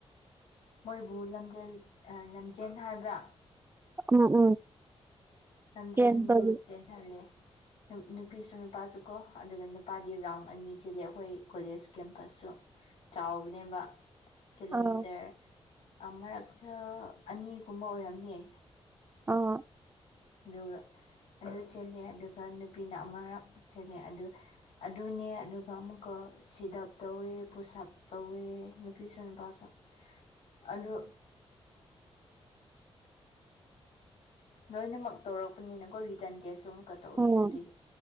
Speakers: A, on the left (about 90°); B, on the right (about 20°).
A: ꯃꯣꯏꯕꯨ ꯂꯝꯖꯦꯜ ꯂꯝꯖꯦꯜ ꯍꯥꯏꯕ꯭ꯔꯥ
B: ꯎꯝ ꯎꯝ
A: ꯂꯝꯖꯦꯟꯗꯨ
B: ꯆꯦꯟꯕꯒꯤ
A: ꯆꯦꯟꯍꯜꯂꯦ ꯅꯨꯄꯤꯁꯨ ꯅꯨꯄꯥꯁꯨ ꯀꯣ ꯑꯗꯨꯒ ꯅꯨꯄꯥꯗꯤ ꯔꯥꯎꯟ ꯑꯅꯤ ꯊꯤꯂꯦ ꯑꯩꯈꯣꯏ ꯀꯣꯂꯦꯖ ꯀꯦꯝꯄꯁꯁꯨ ꯆꯥꯎꯕꯅꯦꯕ ꯀꯤꯂꯣꯃꯤꯇꯔ
B: ꯑꯥ
A: ꯃꯔꯛꯁ ꯑꯅꯤꯒꯨꯝꯕ ꯑꯣꯏꯔꯝꯅꯤꯌꯦ
B: ꯑꯥ
A: ꯑꯗꯨꯒ ꯑꯗꯨ ꯆꯦꯂꯦ ꯑꯗꯨꯒ ꯅꯨꯄꯤꯅ ꯑꯃꯔꯛ ꯆꯦꯂꯦ ꯑꯗꯨ ꯑꯗꯨꯅꯦ ꯑꯗꯨꯒ ꯑꯃꯨꯛꯀ ꯁꯤꯗꯞ ꯇꯧꯋꯦ ꯄꯨꯁꯥꯞ ꯇꯧꯋꯦ ꯅꯨꯄꯤꯁꯨ ꯅꯨꯄꯥꯁꯨ ꯑꯗꯨ ꯂꯣꯏꯅꯃꯛ ꯇꯧꯔꯛꯄꯅꯤꯅꯀꯣ ꯔꯤꯇꯔꯟ ꯇꯦꯁ ꯑꯨꯝ ꯀ ꯇꯧꯋꯦ
B: ꯎꯝ
A: ꯑꯗꯨꯒꯤ